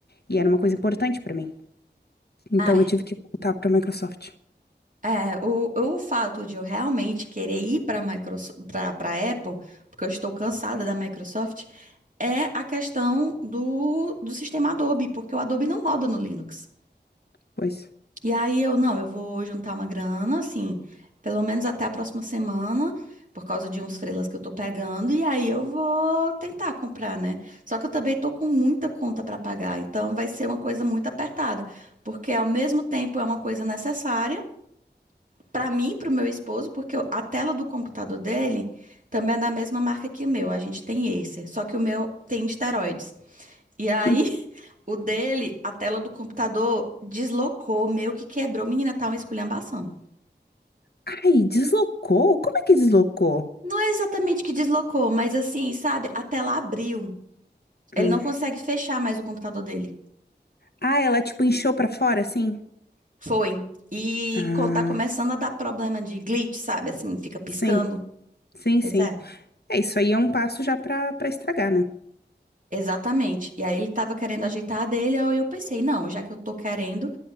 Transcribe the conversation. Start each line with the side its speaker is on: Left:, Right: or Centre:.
Left: E era uma coisa importante pra mim. Então
Right: Ai,
Left: eu tive que voltar pra Microsoft.
Right: É, o, o fato de eu realmente querer ir para Microsoft, para Apple, porque eu estou cansada da Microsoft, é a questão do, do sistema Adobe, porque o Adobe não roda no Linux.
Left: Pois.
Right: E aí eu, não, eu vou juntar uma grana, assim, pelo menos até a próxima semana, por causa de uns freelas que eu tô pegando, e aí eu vou tentar comprar, né? Só que eu também tô com muita conta para pagar, então vai ser uma coisa muito apertada, porque ao mesmo tempo é uma coisa necessária para mim, para o meu esposo, porque eu- a tela do computador dele também é da mesma marca que o meu. A gente tem Acer, só que o meu tem esteroides. E aí,
Left: <laughs>
Right: <laughs> o dele, a tela do computador deslocou, meio que quebrou. Menina, tá uma esculhambação.
Left: Ai, deslocou? Como é que deslocou?
Right: Não é exatamente que deslocou, mas assim, sabe? A tela abriu. Ele
Left: Hum.
Right: não consegue fechar mais o computador dele.
Left: Ah, ela tipo inchou pra fora, assim?
Right: Foi. E
Left: Ah,
Right: co- tá começando a dar problema de glitch, sabe? Assim, fica piscando.
Left: sim, sim,
Right: Pois
Left: sim.
Right: é.
Left: É, isso aí é um passo já pra, pra estragar, né?
Right: Exatamente. E aí ele tava querendo ajeitar a dele, aí eu pensei, não, já que eu tô querendo